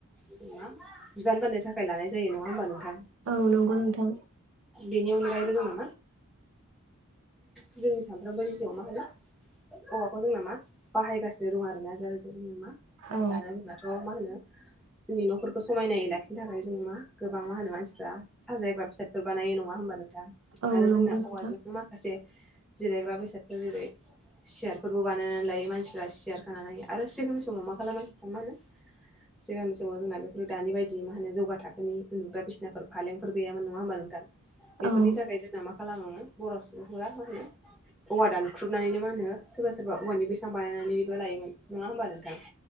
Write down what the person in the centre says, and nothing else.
जों बिबान बाननो थाखाय लानाय जायो नङा हबा नोंथां।
बेनि अनगायैबो जों जोंनि सानफ्रोमबोनि जिउ आव मा होनो औवाखौ जोंना मा बाहायगासिनो दं आरोना जेर जेर मा
दाना जोंनाथ' मा होनो जोंनि न'फोरखौ समायनायै लाखिनो थाखाय जों मा गोबां मा होनो मानसिफ्रा साजायग्रा बिसाद बानायो नङा होनोमबा नोंथां
आरो
जोंना
औवाजोंनो मा माखासे जिरायग्रा बेसादफोर जेरै सियारफोरबो बानायनानै लायो मानसिफ्रा सियार खानानै होायो आरो सिगांनि समाव मा खालामो मानसिफ्रा मा होनो सिगांनि समाव जोंना बेफोर दानि बायदि मा होनो जौगा थाखोनि उन्दुग्रा बिसिनाफोर फालेंफोर गैयामोन नङा होमबा नोंथां। बेफोरनि
थाखाय जोंना मा खालामो बर' सुबुंफोरा मा होनो औवा दानख्रुबनानैनो मा होनो सोरबा सोरबा औवानि बेसेबां बानायनानैबो लायोमोन नङा होमबा नोंथां